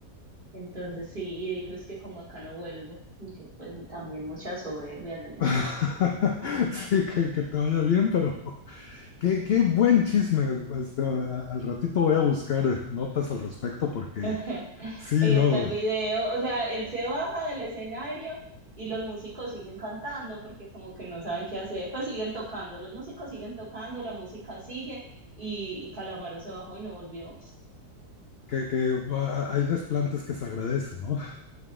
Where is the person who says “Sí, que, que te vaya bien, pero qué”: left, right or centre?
Left